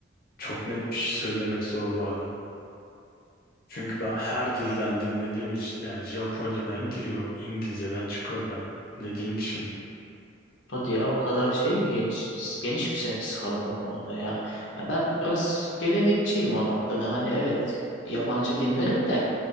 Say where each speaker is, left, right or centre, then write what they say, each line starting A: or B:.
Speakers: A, on the left (about 50°); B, on the left (about 85°).
A: çok net bir şey söylemek zor bazen. Çünkü ben her dilden dinlediğim için yani Japoncadan
B: Hı hı.
A: giriyorum, İngilizceden çıkıyorum ben. Ne diyeyim ki şimdi?
B: Hadi ya o kadar şey mi geniş geniş mi senin skalan o konuda ya? Ya ben biraz gelenekçiyim o noktada. Hani evet yabancı dinlerim de